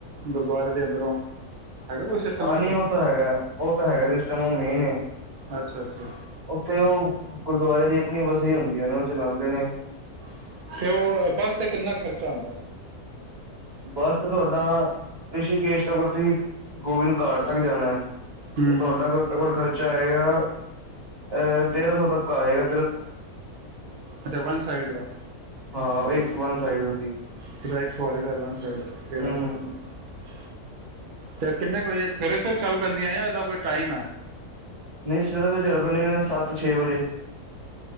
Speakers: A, on the right; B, on the right.
A: ਗੁਰਦੁਆਰੇ ਦੇ ਅੰਦਰੋਂ ਹੈਗਾ ਕੋਈ ਸਿਸਟਮ
B: ਹਾਂ,
A: ਐਸਾ
B: ਨੀ ਓ ਤਾ ਹੈਗੈ, ਓ ਤਾ ਹੈਗੈ, ਓ ਸਿਸਟਮ ਓ ਮੇਨ ਏ।
A: ਅੱਛਾ, ਅੱਛਾ।
B: ਓਥੇ ਓ ਗੁਰਦੁਆਰੇ ਦੀ ਨਈ ਬਸ ਏਈ ਹੁੰਦੀਆਂ ਨੇ ਓ ਚਲਾਂਦੇ ਨੇ
A: <unintelligible> ਓਹ ਬਸ ਤੇ ਕਿੰਨਾ ਖ਼ਰਚਾ ਆਂਦਾ?
B: ਬਸ ਤੋਡਾ ਰਿਸ਼ੀਕੇਸ਼ ਤੋਂ ਗੁਰਦੀ ਗੋਬਿੰਦ ਘਾਟ ਤੱਕ ਜਾਣੈ
A: ਹੂੰ
B: ਤੇ ਤੁਹਾਡਾ ਘੱਟੋ ਘੱਟ ਖ਼ਰਚਾ ਆਏਗਾ ਐ ਤੇਰਾਂ ਸੋ ਤੱਕ ਆ ਜੇਗਾ।
A: ਅੱਛਾ, ਵਨ ਸਾਈੜ ਦਾ?
B: ਹਾਂ, ਇੱਕ ਸ ਵਨ ਸਾਈੜ ਦਾ ਸੀ।
A: <unintelligible> ਸਵਾਰੀ ਦਾ ਵਨ ਸਾਈਡ਼ ਦਾ ਤੇਰਾ ਸੋ।
B: ਹੂੰ
A: ਤੇ ਏ ਕਿੰਨੇ ਕ ਵਜੇ ਸਵੇਰੇ, ਸਵੇਰੇ ਚੱਲ ਪੈਂਦੀਆਂ ਯਾ ਏਦਾ ਕੋਈ ਟਾਈਮ ਐ?
B: ਨਈ, ਸਵੇਰੇ-ਸਵੇਰੇ ਚੱਲ ਪੈਂਦੀਆਂ ਨੇ ਸੱਤ ਛੇ ਵਜੇ।